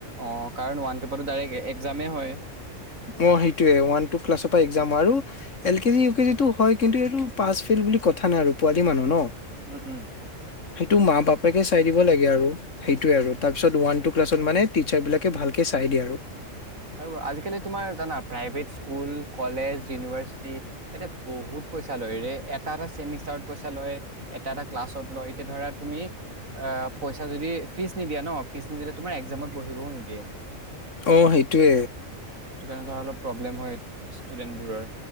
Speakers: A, on the right; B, on the left.
A: অ কাৰণ ওৱান টুপাটো ডাইৰেক্ট একজামে হয়
B: অ সেইটোয়ে ওৱান টু ক্লাছৰ পৰা একজাম আৰু এল কেজি ইউ কেজি টো হয় কিন্তু এইটো পাচ ফেল বুলি কথা নাই আৰু পোৱালি মানুহ ন
A: উম উম
B: সেইটো মা বাপেকে চাই দিব লাগে আৰু সেইটোৱে আৰু তাৰপিছত ওৱান টু ক্লাছত মানে টিচাৰ বিলাকে ভালকে চাই দিয়ে আৰু
A: হয়, আৰু আজিকালি তোমাৰ জানা প্ৰাইভেট স্কুল কলেজ ইউনিভাৰ্চিটি য়াতে বহুত পইচা লয় এটা এটােমিষ্টাৰত পইচা লয় এটা এটা ক্লাছত লয় এতিয়া ধৰা তুমি আ পইচা যদি, ফিজ নিদিয়া ন ফিজ নিদিলে তোমাৰ একজামত বঢ়িবও নিদিয়ে
B: অ সেইটোৱে
A: সেইটো কাৰণে ধৰা অলপ প্ৰব্লেম হয় ষ্টুডেন্টবোৰৰ